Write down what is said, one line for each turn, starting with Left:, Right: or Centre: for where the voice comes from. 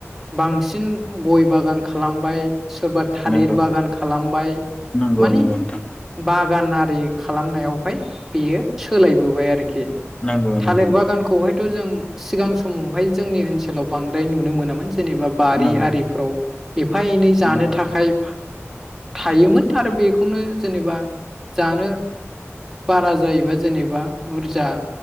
Centre: बांसिन गय बागान खालामबाय सोरबा थालिर
Left: नंगौ
Centre: बागान खालामबाय
Left: नंगौ
Centre: मानि
Left: नोंथां
Centre: बाग गान आरि खालामनायावहाय बेयो सोलायबोबाय आरोख खि
Left: नंगौ नंगौ नोंथां नंगौ
Centre: थालिर
Left: नोंथां
Centre: बागानखौहायथ' जों सिगां समावहाय जोंनि ओनसो लाव बांद्राय नुनो मोनामोनस। जेनेबा बारि
Left: नंगौ
Centre: आरिफ्राव एफा एनै जानो
Left: नंगौ
Centre: थाखाय। थायोमोन आरो बेखौनो जेनेबा जानो बारा जायोबा। जेनेबा बुरजा